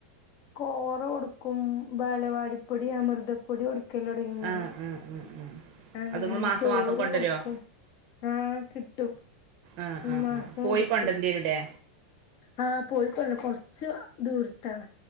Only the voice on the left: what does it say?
കോറ കൊടുക്കും ബാലവാടി ഈ അമൃതപ്പൊടി കൊടു ക്കലൊട്ങ്ങി
അങ്ങനെ
ചോറു
കൊടുക്കും ആഹ് കിട്ടും
മാസം
കിട്ടും
ആഹ് പോയിക്കൊ കൊറച്ച് ദൂരത്താണ്